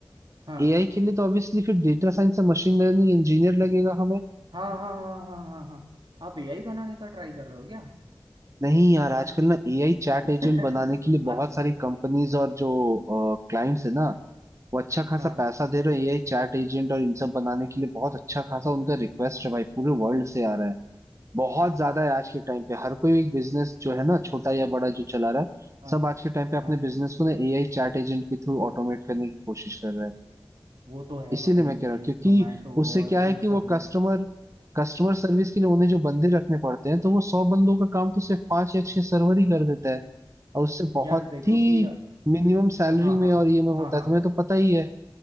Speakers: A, on the right; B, on the right.
A: हाँ
B: एआई के लिए तो ऑब्वियसली फिर डेटा साइंस या मशीन लर्निंग इंजीनियर लगेगा हमें
A: हाँ हाँ हाँ हाँ हाँ हाँ हाँ हाँ। आप एआई बनाने का ट्राई कर रहे हो क्या
B: नहीं यार आजकल ना एआई चैट एजेंट
A: <laughs>
B: बनाने के लिए बहुत
A: अच्छा
B: सारी कंपनीज और जो क्लाइंट्स है ना वो अच्छा खासा
A: हाँ
B: पैसा दे रहे हैं एआई चैट एजेंट और इन सब बनाने के लिए बहुत अच्छा खासा उनका रिक्वेस्ट है भाई पूरे वर्ल्ड से आ रहा है बहुत ज्यादा है आज के टाइम पे हर कोई एक बिजनेस जो है ना छोटा या बड़ा जो चला रहा है
A: हाँ
B: सब आज के टाइम पे अपने
A: हाँ
B: बिजनेस को ना एआई चैट एजेंट के थ्रू ऑटोमेट करने की कोशिश कर रहा है
A: वो तो है
B: इसीलिए
A: भाई
B: मैं कह रहा
A: ये
B: हूँ क्योंकि
A: जोमेटो
B: उससे
A: और
B: क्या है
A: इन
B: कि वो
A: सब ने
B: कस्टमर कस्टमर सर्विस के लिए उन्हें जो बंदे रखने पड़ते हैं तो वो सौ बंदों का काम तो सिर्फ पांच या छह सर्वर ही कर देता है और उससे बहुत
A: यार देखो
B: ही
A: कि
B: मिनिमम
A: हाँ
B: सैलरी
A: हाँ
B: में और ये में होता
A: हाँ हाँ
B: है तुम्हें तो पता ही है